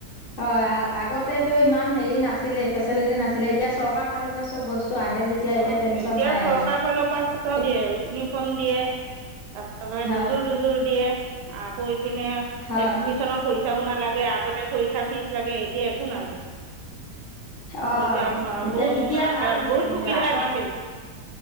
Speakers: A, on the left; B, on the right.
A: হয় আগতেতো ইমান হেৰি নাছিলেই, ফেচিলিটি নাছিলেই এতিয়া চৰকাৰৰ ফালৰ পৰা চব বস্তু আহে যেতিয়া এতিয়া
B: অ',
A: টেনচন
B: এতিয়া
A: নাই
B: চৰকাৰ
A: আৰু
B: ফালৰ পৰা <unintelligible> দিয়ে, ইউনিফৰ্ম দিয়ে <unintelligible>
A: হয়
B: দুযোৰ দুযোৰ দিয়ে অ' কৈ পিনে
A: হয়
B: এডমিছনৰ পইচাও নালাগে আগতে পৰীক্ষা ফিজ লাগে, এতিয়া একো নালাগে।
A: অ,
B: এতিয়া
A: এতিয়া
B: বহুত
A: এতিয়া ভাল হৈছে
B: বহুত
A: কিন্তু আগ
B: <unintelligible>